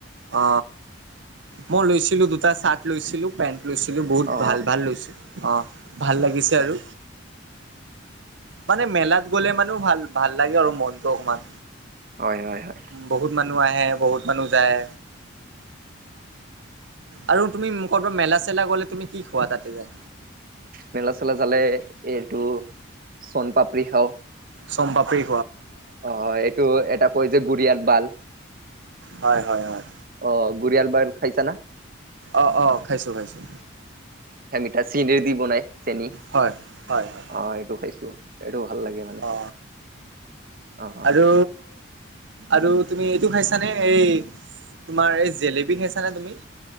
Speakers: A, on the right; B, on the right.
A: অ মই লৈছিলো দুটা চাৰ্ট লৈছিলো পেন্ট লৈছিলোঁ বহুত
B: অ
A: ভাল ভাল লৈছোঁ অঁ ভাল লাগিছে আৰু মানে মেলাত গ'লে মানে ভাল ভাল লাগে আৰু মনটো অকমান
B: হয় হয় হয়
A: বহুত মানুহ আহে বহুত মানুহ যায় আৰু তুমি কৰ'বাত মেলা- চেলা গ'লে তুমি কি খোৱা তাতে যায়?
B: মেলা -চেলা জালে এইটো চন পাপৰি খাওঁ।
A: চনপাপৰি
B: অ এইটো এটা কৈ যে গুৰিয়াৰ বাল।
A: হয় হয় হয়,
B: অ গুৰিয়াল বাল খাইছা না
A: অঁ অঁ খাইছোঁ খাইছোঁ।
B: এটা চেন দি বনাই চেনী
A: হয় হয় হয়
B: অ এইটো খাইছো। এইটো ভাল লাগে মানে
A: অ
B: অ
A: আৰু আৰু তুমি এইটো খাইছানে, এই তোমাৰ এই জেলেবী খাইছানে তুমি?